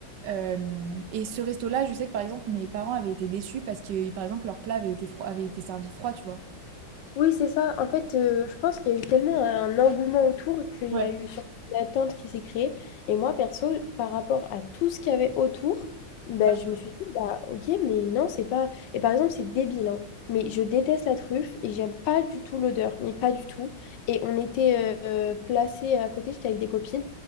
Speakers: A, on the right; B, on the left.
A: Euh, et ce resto-là, je sais que par exemple, mes parents avaient été déçus parce que, par exemple, leur plat avait été froid, avait été servi froid, tu vois.
B: Oui, c'est ça. En fait, euh, je pense qu'il y a eu tellement un engouement autour qu'il
A: Ouais.
B: y a eu surtout une attente qui s'est créée. Et moi, perso, par rapport à tout ce qu'il y avait autour, bah,
A: Bah,
B: je me suis dit, bah, ok, mais non, c'est pas. Et par exemple, c'est débile, hein, mais je déteste la truffe et j'aime pas du tout l'odeur, mais pas du tout. Et on était euh, placés à côté, j'étais avec des copines,